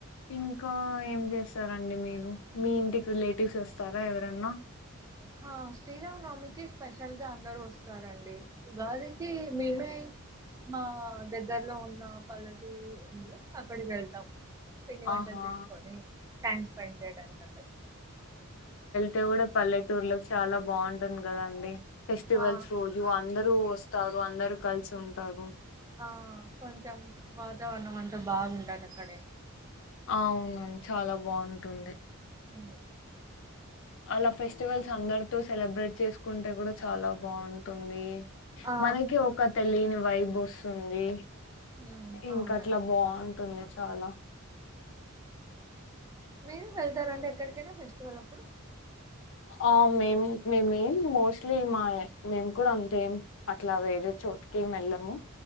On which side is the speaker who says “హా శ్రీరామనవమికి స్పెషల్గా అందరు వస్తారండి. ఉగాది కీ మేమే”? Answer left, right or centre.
Right